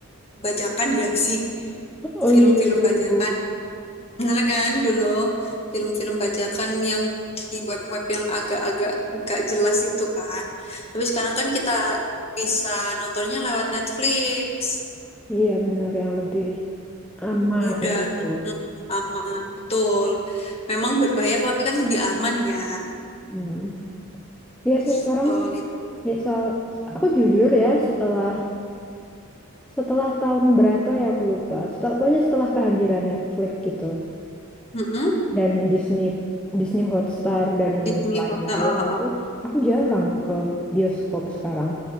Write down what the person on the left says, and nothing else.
bajakan gak sih?
Film-film
bajakan. Bener kan dulu film-film bajakan yang di web-web yang agak-agak gak jelas itu kan. Tapi sekarang kan kita bisa nontonnya lewat Netflix.
Mudah,
aman, betul. Memang berbayar tapi kan lebih aman ya.
Betul
itu.
Mm-mm.
Disney
Hotel. Oh,
oh.